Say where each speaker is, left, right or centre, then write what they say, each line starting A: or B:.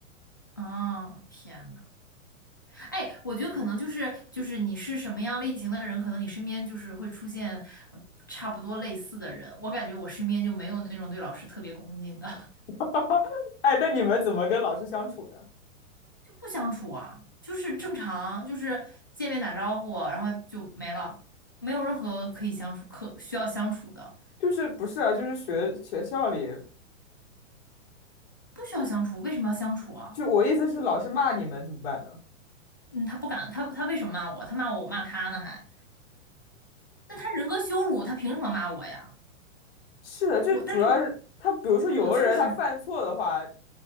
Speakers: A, on the left; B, on the left.
A: 啊！天呐，哎，我觉得可能就是就是你是什么样类型的人，可能你身边就是会出现呃差不多类似的人。我感觉我身边就没有那种对老师特别恭敬的，
B: <laughs> 哎，那你们怎么跟老师相处呢？
A: <laughs> 就不相处啊，就是正常，就是见面打招呼，然后就没了，没有任何可以相处可需要相处的。
B: 就是不是啊？就是学学校里，
A: 不需要相处，为什么要相处啊？
B: 就我意思是，老师骂你们怎么办呢？
A: 嗯，他不敢，他他为什么骂我？他骂我，我骂他呢还？那他人格羞辱，他凭什么骂我呀？
B: 是的，就主要是他，
A: 我，但是我
B: 比如说有的人他犯错的话，
A: 我确实，